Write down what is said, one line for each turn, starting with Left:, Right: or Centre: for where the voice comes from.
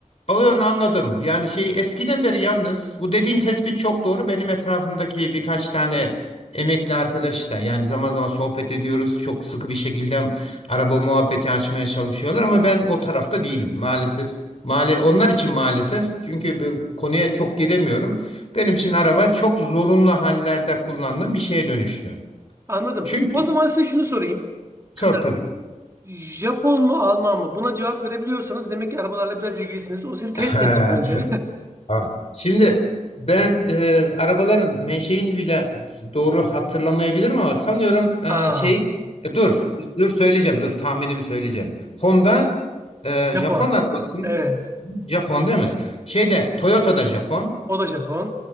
Left: Onu anladım. Yani şey eskiden beri yalnız bu dediğin tespit çok doğru. Benim etrafımdaki birkaç tane emekli arkadaş da yani zaman zaman sohbet ediyoruz. Çok sıkı bir şekilde araba muhabbeti açmaya çalışıyorlar ama ben o tarafta değilim maalesef. Male onlar için maalesef çünkü bu konuya çok giremiyorum. Benim için araba çok zorunlu hallerde kullandığım bir şeye dönüştü.
Right: Anladım.
Left: Çünkü
Right: O zaman size şunu sorayım. Kısa.
Left: sor tabii. ki.
Right: Japon mu Alman mı? Buna cevap verebiliyorsanız demek ki arabalarla biraz ilgilisiniz. O siz test
Left: <laughs>
Right: edeceğim önce.
Left: Ha. Şimdi ben e, arabaların menşeini bile doğru hatırlamayabilirim ama sanıyorum e,
Right: <laughs> Aa,
Left: şey e, dur dur söyleyeceğim dur tahminimi söyleyeceğim. Honda e,
Right: Japon.
Left: Japon arabası
Right: Evet.
Left: Japon değil mi? Şeyde Toyota'da Japon.
Right: O da Japon.